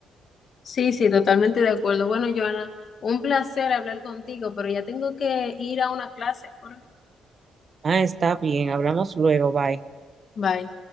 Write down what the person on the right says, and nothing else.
Ah, está bien, hablamos luego, bye.